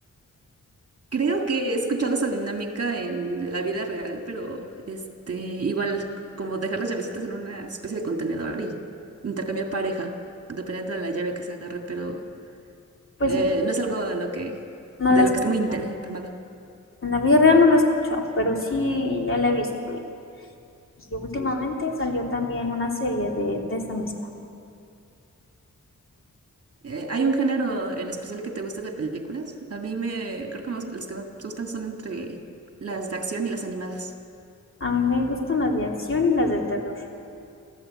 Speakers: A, on the right; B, on the left.
A: Creo que he escuchado esa dinámica en la vida real, pero este, igual como dejar las llavecitas en una especie de contenedor y intercambiar pareja, dependiendo de la llave que se agarre, pero
B: Pues
A: eh, no es algo a lo que,
B: no
A: de
B: la he
A: lo
B: escuchado.
A: que estoy muy inter- informada.
B: En la vida real no la he escuchado, pero sí ya la he visto. Y últimamente salió también una serie de, de esa misma.
A: Eh, ¿hay un género en especial que te guste de películas? A mí me, creo que más- las que más me gustan son entre las de acción y las animadas.
B: A mí me gustan las de acción y las de terror.